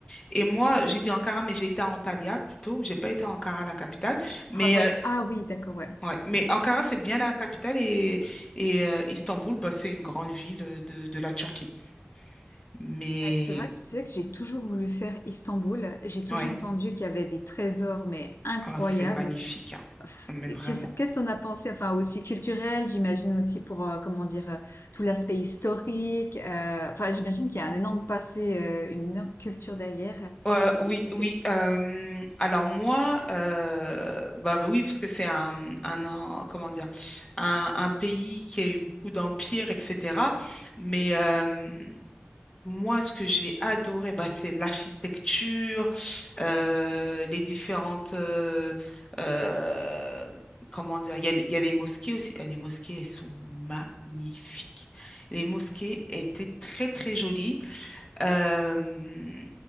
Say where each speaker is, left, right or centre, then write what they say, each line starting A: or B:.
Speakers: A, on the left (about 25°); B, on the left (about 85°).
A: Et moi, j'ai dit Ankara, mais j'ai été à Antalya plutôt. J'ai pas été à Ankara la capitale. Mais,
B: Ah voilà.
A: euh,
B: Ah oui, d'accord, ouais.
A: ouais. Mais Ankara, c'est bien la capitale et, et euh, Istanbul, bah, c'est une grande ville euh, de, de la Turquie. Mais
B: Ouais, c'est vrai que tu sais que j'ai toujours voulu faire Istanbul. J'ai toujours
A: ouais,
B: entendu qu'il y avait des trésors, mais incroyables.
A: Ah, c'est magnifique, hein.
B: Pff,
A: Mais
B: mais
A: vraiment.
B: Qu'est-ce qu'est-ce qu'on a pensé? Enfin, aussi culturel, j'imagine aussi pour, euh, comment dire, euh, tout l'aspect historique. euh, enfin, j'imagine qu'il y a un énorme passé, euh, une énorme culture derrière. Euh,
A: Euh, oui, oui.
B: Qu'est-ce que-
A: euh, alors moi, euh, bah bah oui, parce que c'est un, un, un- comment dire, un, un pays qui a eu beaucoup d'empires, etc. Mais euh, Moi, ce que j'ai adoré, bah, c'est l'architecture, euh, les différentes... euh, euh, comment dire? Il y a, des- il y a les mosquées aussi. Ah, les mosquées, elles sont magnifiques. Les mosquées étaient très, très jolies. Euh,